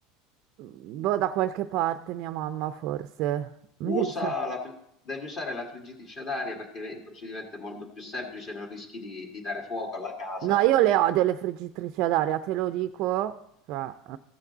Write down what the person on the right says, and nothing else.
Boh, da qualche parte, mia mamma forse. Mi
dice-
No, io le odio le friggitrici ad aria, te lo dico. Cioè, eh,